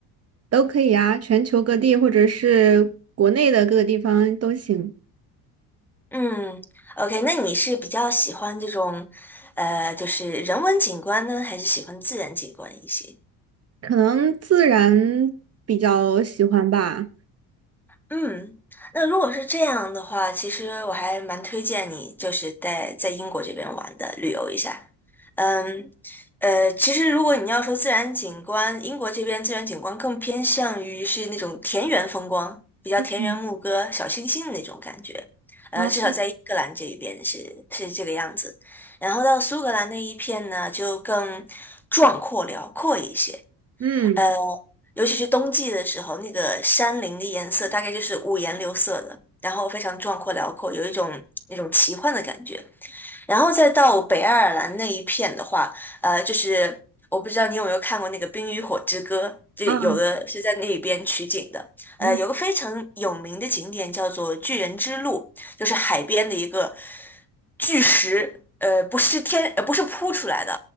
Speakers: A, on the right (about 35°); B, in the centre.
A: 都可以啊，全球各地或者是国内的各个地方都行。
B: 嗯，OK，那你是比较喜欢这种，呃，就是人文景观呢，还是喜欢自然景观一些？
A: 可能自然比较喜欢吧。
B: 嗯，那如果是这样的话，其实我还蛮推荐你，就是在在英国这边玩的，旅游一下。嗯，呃，其实如果你要说自然景观，英国这边自然景观更偏向于是那种田园风光，比较田园牧歌、
A: 嗯，
B: 小清新的那种感觉。呃，
A: 好，
B: 至少在英格兰这一边是是这个样子。然后到苏格兰那一片呢，就更壮阔辽阔一些。
A: 嗯
B: 呃，尤其是冬季的时候，那个山林的颜色大概就是五颜六色的，然后非常壮阔辽阔，有一种那种奇幻的感觉。然后再到北爱尔兰那一片的话，呃，就是我不知道你有没有看过那个《冰与火之歌》，就有的是在那边取景的。
A: 啊，嗯
B: 呃，有个非常有名的景点叫做巨人之路，就是海边的一个巨石，呃，不是天，呃，不是铺出来的，